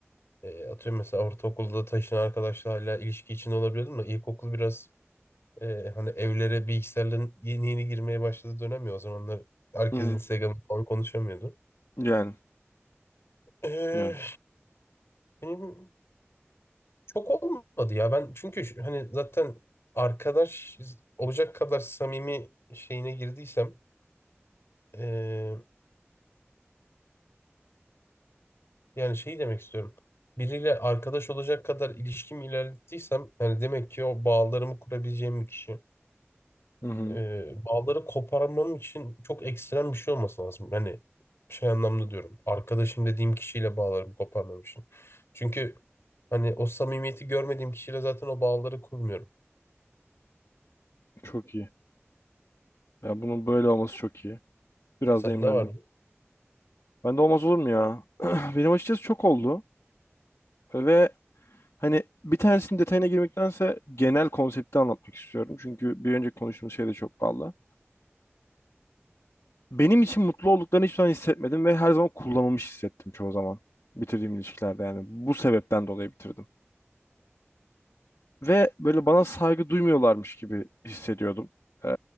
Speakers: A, on the left (about 60°); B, on the left (about 85°).
A: e, atıyorum mesela ortaokulda taşınan arkadaşla hala ilişki içinde olabiliyordum da ilkokul biraz e, hani evlere bilgisayarların yeni yeni girmeye başladığı dönem ya o zamanlar herkes
B: Hı hı.
A: Instagram falan konuşamıyordu.
B: Yani.
A: Ee,
B: Yani.
A: benim Çok olmadı ya. Ben çünkü hani zaten arkadaş olacak kadar samimi şeyine girdiysem eee, yani şey demek istiyorum. Biriyle arkadaş olacak kadar ilişkim ilerlettiysem yani demek ki o bağlarımı kurabileceğim bir kişi.
B: Hı hı.
A: Eee, bağları koparmam için çok ekstrem bir şey olması lazım. Hani şey anlamda diyorum. Arkadaşım dediğim kişiyle bağlarımı koparmam için. Çünkü hani o samimiyeti görmediğim kişiyle zaten o bağları kurmuyorum.
B: Çok iyi. Ya bunun böyle olması çok iyi. Biraz
A: Sende
B: da imlendim.
A: var mı?
B: Ben de olmaz olur mu ya? <clears throat> Benim açıkçası çok oldu. Ve hani bir tanesinin detayına girmektense genel konsepti anlatmak istiyorum. Çünkü bir önceki konuştuğumuz şey de çok bağlı. Benim için mutlu olduklarını hiçbir zaman hissetmedim ve her zaman kullanılmış hissettim çoğu zaman. Bitirdiğim ilişkilerde yani. Bu sebepten dolayı bitirdim. Ve böyle bana saygı duymuyorlarmış gibi hissediyordum. Ee,